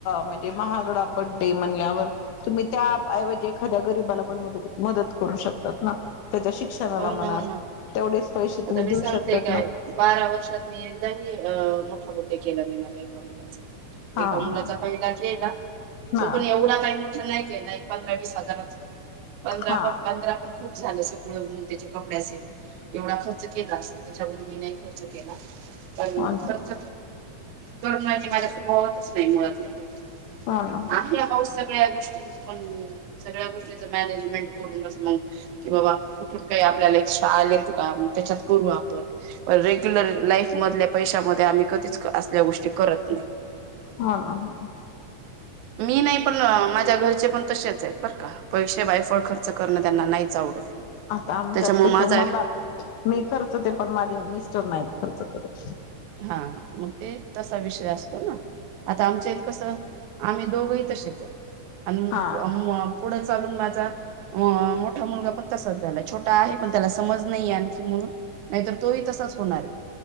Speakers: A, on the left; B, on the right.
A: म्ह महागडा बडे म्हणल्यावर तुम्ही त्याऐवजी एखाद्या गरीबाला पण मदत करू शक शकतात ना. त्याच्या शिक्षणाला
B: हो
A: म्हना.
B: ना हो ना
A: तेवढेच पैसे तुम्ही
B: मी
A: देऊ
B: सांगतेय
A: शकतात
B: काय?
A: ना
B: बारा वर्षात मी एकदाही अ मोठा बडे केला नाही. एका मुलाचा.
A: हा
B: एका मुलाचा पहिला केला.
A: हा
B: तो पण एवढा काही मोठा नाही केला. वीस हजाराच पंधरा
A: हा
B: पण पंधरा पण खूप झाला असेल. होन त्याचे कपड्यासहीत. एवढा खर्च केला असल, त्याच्यावर मी नाही खर्च केला. कारण
A: हा हो ना
B: खर्च करण आणि माझ्या स्वभावातच नाही मुळात. माहिते का?.
A: हो ना हो
B: आहे पाहू या सगळ्या या गोष्टी ण सगळ्या गोष्टींच मॅनेजमेंट करून मग, कि बाबा कुठून काही आपल्याला एक्स्ट्रा आले त्याच्यातू आपण रेग्युलर लाईफ मधल्या पैशामध्ये आम्ही कधीच असल्या गोष्टी. करत नाही.
A: हो ना हो ना
B: मी नाही पण माझ्या घरचे पण तसेच आहेत बरं का पैसे बायफळ खर्च करणं त्यांना नाहीच आवडत.
A: आता आमच्यात
B: त्याच्यामुळे
A: कसं
B: माझा
A: मला मी खर्च ते पण, माझे मिस्टर नाही खर्च करत
B: हा ह मग ते तसा विषय असतो ना आता आमच्या इ कसं आम्ही दोघंही तसेच आणि
A: हा
B: पुढं चालून माझा मोठा मुलगा पण तसाच झाला. छोटा आहे त्याला समज नाही आणखी म्हणून, नाहीतर तोही तसाच होणार आहे.